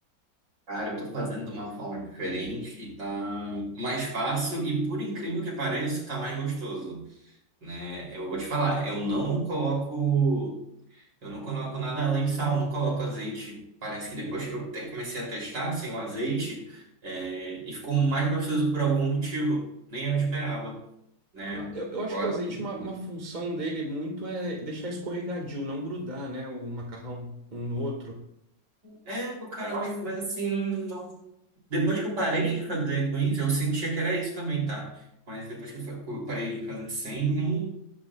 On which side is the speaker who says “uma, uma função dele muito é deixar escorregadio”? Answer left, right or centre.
Right